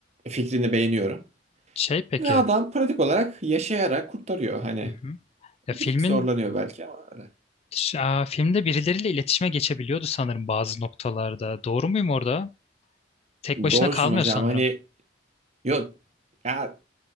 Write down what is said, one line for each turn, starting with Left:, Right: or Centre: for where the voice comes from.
Right: fikrini beğeniyorum.
Left: Şey peki.
Right: Ve adam pratik olarak yaşayarak kurtarıyor. Hani
Left: Hı hı. Ya
Right: bir
Left: filmin
Right: tık zorlanıyor belki ama öyle.
Left: Ş- aa, filmde birileriyle iletişime geçebiliyordu sanırım bazı noktalarda. Doğru muyum orada? Tek başına
Right: Doğrusun
Left: kalmıyor
Right: hocam
Left: sanırım.
Right: hani yok ya